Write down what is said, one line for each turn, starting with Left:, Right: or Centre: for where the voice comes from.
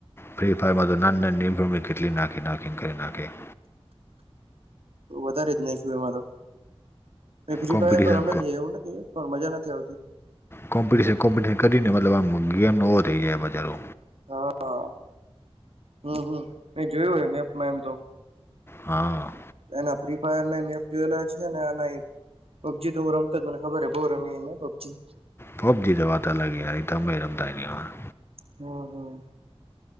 Left: ફ્રી ફાયરમાં તો નાન નાની ભૂમે કેટલી નાખી નાખીંગ કરી નાખે.
Right: વધારે જ નાખ્યું એમા તો ને પછી ફ્રી
Left: કોમ્પિટિશન
Right: ફાયર તો રમે જ નહીં એવું નથી એમ. પણ મજા નથી આવતી.
Left: કોમ્પિટિશન કોમ્પિટિશન કરીને મતલબ આમ ગેમ નવો થઈ જાય મજાનો.
Right: હા હમ્મ હમ્મ મેં જોયું હે મેપમાં એમ તો.
Left: હા.
Right: એના ફ્રી ફાયરને મેપ યુના છે ને એનાં પબજી તો હું રમતો જ મને ખબર હે બહુ રમી મેં પબજી.
Left: પબજી તો વાત અલગ હે આઈ તમે તે રમતાં નઈ આવેન.
Right: હમ્મ હમ્મ.